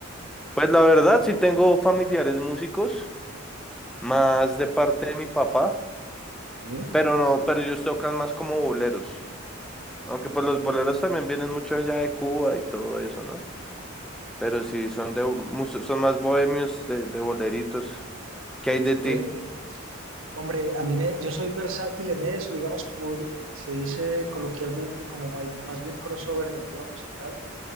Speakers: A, in the centre; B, on the right.
A: Pues la verdad, sí tengo familiares músicos, más de parte de mi papá,
B: Sí.
A: pero no, pero ellos tocan más como boleros. Aunque pues los boleros también vienen mucho allá de Cuba y todo eso, ¿no? Pero sí, son de mus- son más bohemios de, de boleritos. ¿Qué hay
B: Y
A: de
B: usted,
A: ti?
B: hombre, a mí me, yo soy versátil en eso, digamos, como se dice coloquialmente, como mai- más bien crossover en el tema musical,